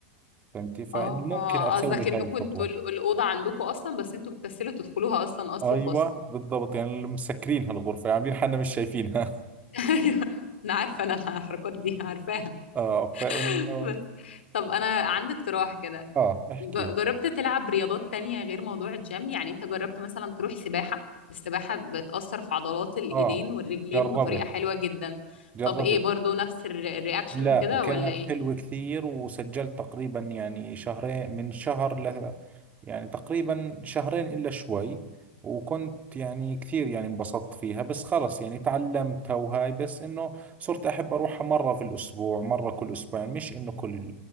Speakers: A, on the right; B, on the left.
A: فهمتي فإنه
B: اه
A: ممكن
B: اه
A: أسوي
B: قصدك انه
A: هاي الخطوة
B: كنتوا ال- الاوضه عندكم اصلا بس انتوا بتكسلوا تدخلوها اصلا اصل
A: أيوة
B: وفصل
A: بالضبط يعني اللي مسكرين هالغرفة عاملين حالنا مش شايفينها
B: <laughs> ايوه انا عارفه انا الحركات دي عارفاها
A: <laughs> آه فإنه
B: <laughs> بس طب انا عندي اقتراح كده
A: آه احكي
B: ج-
A: لي
B: جربت تلعب رياضات تانية غير موضوع الجيم يعني انت جربت مثلا تروح سباحه السباحه بتاثر في عضلات الايدين
A: آه
B: والرجلين
A: جربت
B: بطريقه حلوه جدا
A: جربت
B: طب ايه برضو نفس الرياكشن
A: لا
B: وكده
A: كانت
B: ولا ايه
A: حلوة كثير وسجلت تقريبا يعني شهرين من شهر ل يعني تقريبا شهرين إلا شوي وكنت يعني كثير يعني انبسطت فيها بس خلص يعني تعلمتها وهاي بس إنه صرت أحب أروحها مرة في الأسبوع مرة كل أسبوعين مش إنه كل